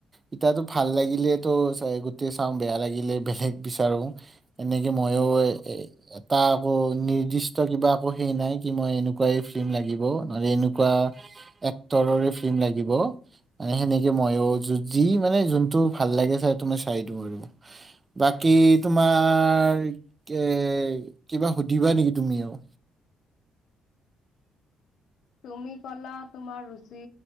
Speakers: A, on the right; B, on the left.
A: ইতিাতো ভাল লাগিলে তো গোটেই চাওঁ বেয়া লাগিলে বেলেগ বিচাৰো। এনেকে মইও আকৌ নিৰ্দিষ্ট কিবা আকৌ সেই নাই কি মই এনেকুৱাই ফিল্ম লাগিব নলে এনেকুৱা এক্টৰৰে ফিল্ম লাগিব মানে সেনেকে মইো যি মানে যোনটো ভাল লাগে চাইটো মই চাই দিওঁ আৰু বাকী তোমাৰ তোমাৰ এ কিবা সুধিবা নেকি তুমি আৰু
B: তুমি কলা তোমাৰ ৰুচি